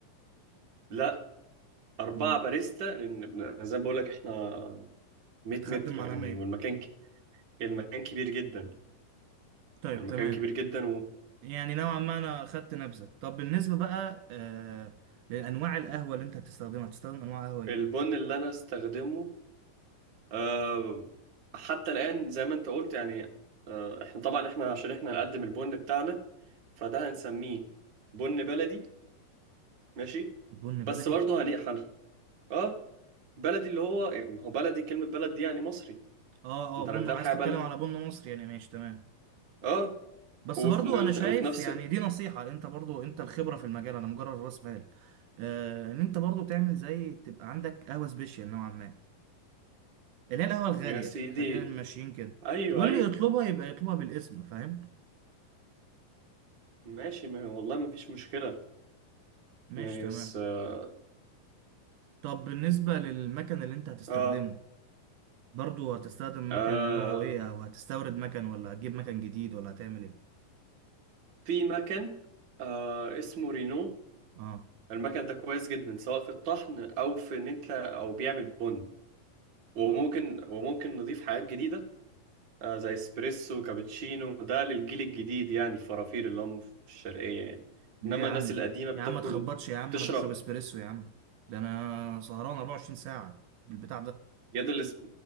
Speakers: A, on the right (about 45°); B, on the right (about 80°).
A: لا أربعة
B: أم-
A: باريستا لأن زي ما بقول لك إحنا 100
B: هتخدم
A: متر
B: على
A: يعني
B: مية
A: والمكان ك... المكان كبير جدا
B: طيب
A: المكان
B: تمام
A: كبير جدا
B: يعني نوعا ما أنا خدت نبذة طب بالنسبة بقى آه لأنواع القهوة اللي أنت هتستخدمها هتستخدم أنواع قهوة إيه؟
A: والبن اللي أنا استخدمه آه، حتى الآن زي ما أنت قلت يعني آه، إحنا طبعا إحنا عشان إحنا نقدم البن بتاعنا فده هنسميه بن بلدي ماشي
B: بن
A: بس
B: بلدي؟
A: برضه هن هن- آه بلدي اللي هو هو بلدي كلمة بلد دي يعني مصري
B: أه
A: أنت
B: أه بن
A: لما بتقول
B: عايز
A: حاجة
B: تتكلم
A: بلدي
B: على بن مصري يعني ماشي تمام
A: آه
B: بس
A: وفي
B: برضو
A: ن-
B: أنا شايف
A: وفي نفس
B: يعني دي نصيحة أنت برضو أنت الخبرة في المجال أنا مجرد رأس مال آه، ان انت برضو تعمل زي تبقى عندك قهوه سبيشال نوعا ما اللي هي القهوة الغالية
A: يا سيدي
B: خلينا ماشيين كده
A: أيوه
B: واللي
A: أيوه
B: يطلبها يبقى يطلبها بالاسم فاهم
A: ماشي ما والله ما فيش مشكلة
B: ماشي
A: يعني
B: تمام
A: بس آه
B: طب بالنسبة للمكان اللي انت هتستخدمه
A: آه
B: برضو هتستخدم
A: آه،
B: مكان نوعه ايه او هتستورد مكان ولا هتجيب مكان جديد ولا هتعمل ايه
A: في مكان آه اسمه رينو
B: اه
A: المكن ده كويس جدا سواء في الطحن او في ان انت او بيعمل بن وممكن وممكن نضيف حاجات جديده آه، زي اسبريسو كابتشينو ده للجيل الجديد يعني الفرافير اللي هم في الشرقيه يعني
B: ليه
A: انما
B: يا عم
A: الناس القديمه بتاكل
B: يا عم ما تخبطش يا عم
A: تشرب
B: انا بشرب اسبريسو يا عم ده انا سهران 24 ساعة بالبتاع ده
A: يد الاس...